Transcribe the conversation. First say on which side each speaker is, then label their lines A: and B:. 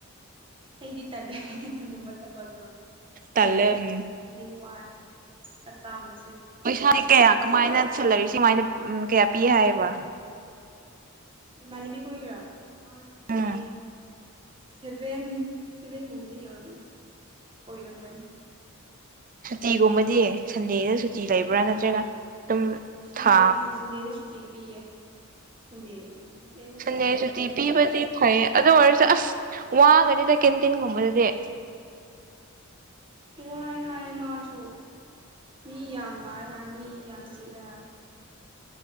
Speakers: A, on the right (about 25°); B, on the right (about 40°).
A: ꯑꯩꯗꯤ ꯇꯜꯂꯦ ꯑꯗꯨꯒꯨꯝꯕ ꯊꯕꯛꯇꯣ
B: ꯇꯜꯂꯦ ꯎꯝ
A: ꯑꯩꯗꯤ ꯋꯥꯏ ꯆꯠꯀꯥꯝꯕ
B: ꯄꯩꯁꯥꯅꯤ ꯀꯌꯥ ꯀꯃꯥꯏꯅ ꯁꯜꯂꯔꯤ ꯃꯥꯏꯅ ꯎꯝ ꯀꯌꯥ ꯄꯤ ꯍꯥꯏꯕ
A: ꯏꯃꯅꯕꯤ ꯈꯤꯏꯒꯤꯔ ꯃꯒꯤꯗꯤ
B: ꯎꯝ
A: ꯁꯚꯦꯟ ꯁꯚꯦꯟꯒꯨꯝꯕꯗꯤ ꯌꯧꯔꯝꯒꯅꯤ ꯑꯣꯏꯔꯝꯒꯅꯤ
B: ꯁꯨꯇꯤꯒꯨꯝꯕꯗꯤ ꯁꯟꯗꯦꯗ ꯁꯨꯇꯤ ꯂꯩꯕ꯭ꯔꯥ ꯅꯠꯇ꯭ꯔꯒ ꯑꯗꯨꯝ
A: ꯁꯟꯗꯦ
B: ꯊꯥ
A: ꯎꯝ ꯁꯟꯗꯦꯗ ꯁꯨꯇꯤ ꯄꯤꯌꯦ ꯁꯟꯗꯦ ꯑꯦ
B: ꯁꯟꯗꯦꯁꯨꯇꯤ ꯄꯤꯕꯗꯤ ꯐꯩꯌꯦ ꯑꯗꯨ ꯑꯣꯏꯔꯁꯨ ꯑꯁ ꯋꯥꯒꯅꯤꯗ ꯀꯦꯟꯇꯤꯟꯒꯨꯝꯕꯗꯗꯤ
A: ꯋꯥꯏ ꯍꯥꯏ ꯃꯁꯨ ꯃꯤ ꯌꯥꯝ ꯂꯥꯛꯑꯦ ꯍꯥꯏ ꯃꯤ ꯌꯥꯝ ꯆꯤꯜꯂꯦ ꯍꯥꯏ